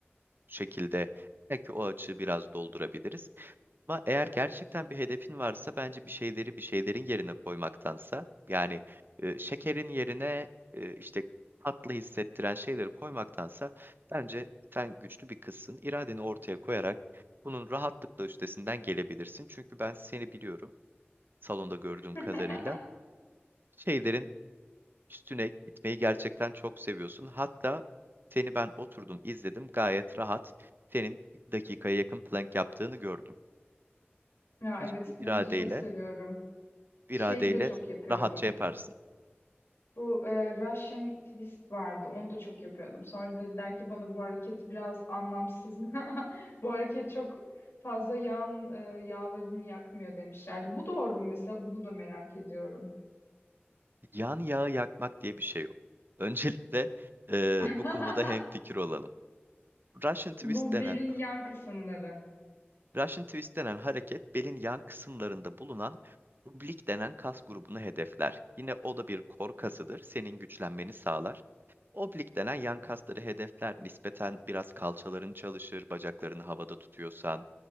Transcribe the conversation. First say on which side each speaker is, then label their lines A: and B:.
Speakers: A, on the right; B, on the left.
A: şekilde belki o açığı biraz doldurabiliriz. Ama eğer gerçekten bir hedefin varsa bence bir şeyleri bir şeylerin yerine koymaktansa yani e, şekerin yerine e, işte tatlı hissettiren şeyleri koymaktansa bence sen güçlü bir kızsın. İradeni ortaya koyarak bunun rahatlıkla üstesinden gelebilirsin. Çünkü ben seni biliyorum salonda gördüğüm
B: <laughs>
A: kadarıyla. Şeylerin üstüne gitmeyi gerçekten çok seviyorsun. Hatta seni ben oturdum izledim gayet rahat senin 2 dakikaya yakın plank yaptığını gördüm.
B: Ya
A: Bence
B: evet
A: bu
B: Plank'i
A: iradeyle,
B: çok seviyorum. Şeyi
A: bu iradeyle
B: de çok yapıyordum.
A: rahatça yaparsın.
B: Bu e, Russian twist vardı. Onu da çok yapıyordum. Sonra dediler ki bana bu hareket biraz anlamsız. <laughs> Bu hareket çok fazla yan e, yağlarını yakmıyor demişlerdi. Bu doğru mu mesela? Bunu da merak ediyorum.
A: Yan yağı yakmak diye bir şey yok. Öncelikle eee,
B: <laughs>
A: bu konuda hemfikir olalım. Russian twist
B: Bu
A: denen
B: belin yan kısımları.
A: Russian twist denen hareket belin yan kısımlarında bulunan oblik denen kas grubunu hedefler. Yine o da bir kor kasıdır. Senin güçlenmeni sağlar. Oblik denen yan kasları hedefler nispeten biraz kalçaların çalışır, bacaklarını havada tutuyorsan,